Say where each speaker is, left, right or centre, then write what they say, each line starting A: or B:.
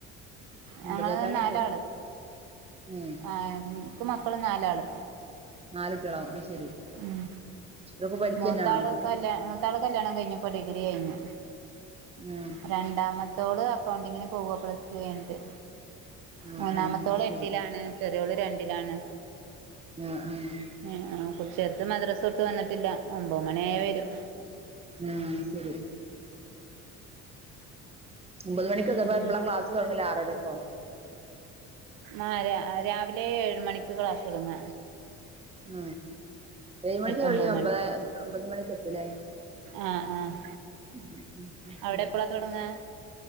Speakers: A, on the right (about 70°); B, on the right (about 20°).
A: ഞങ്ങള്
B: ഒമ്പതേക്കാലൊക്കെ
A: നാലാള്
B: ആവും ഉം
A: ആഹ് നിക്ക് മക്കള് നാലാള്
B: നാല് കുട്ടികളോ ഐ ശരി
A: ഉം
B: ഇവരൊക്കെ പഠിക്കന്നെയാണോ
A: മൂത്താള് കല്യാ മൂത്താള് കല്യാണം കഴിഞ്ഞപ്പോ ഡിഗ്രി കഴിഞ്ഞു
B: ആഹ്
A: രണ്ടാമത്തോള് അക്കൗണ്ടിങ്ങിന് പോവ പ്ലസ് ടു കയിഞ്ഞിട്ടു
B: ആഹ്
A: മൂന്നാമത്തോള്
B: ആഹ് അത് ശരി
A: എട്ടിലാണ് ചെറിയോള് രണ്ടിലാണ്
B: ആഹ് ആഹ്
A: <unintelligible> ചേർത് മദ്രസ്സവിട്ടു വന്നിട്ടില്ല ഒമ്പത് മണിയായ വരും
B: ആഹ് ശരി ഒമ്പത് മണിക്ക്
A: ഉം
B: അപ്പൊ എപ്പോളാ ക്ലാസ്സ് ആറരക്കോ
A: ആഹ് രാവിലെ ഏഴ്‌ മണിക്ക ക്ലാസ് തൊടങ്ങ
B: ഉം ഏഴ് മണിക്ക് കഴ
A: ഒമ്പത് മണി
B: ഒമ്പത ഒമ്പത് മണിക്ക് എത്തില്ലേ
A: ആഹ് ആഹ്
B: ഉം ഉം
A: അവിടെ
B: ഉം
A: എപ്പളാ തുടങ്ങ